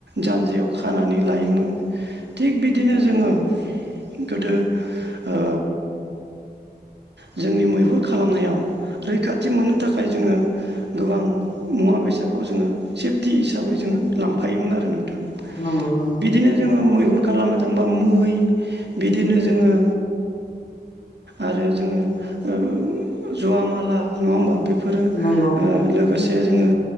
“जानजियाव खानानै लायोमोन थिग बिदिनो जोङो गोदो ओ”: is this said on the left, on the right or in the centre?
Right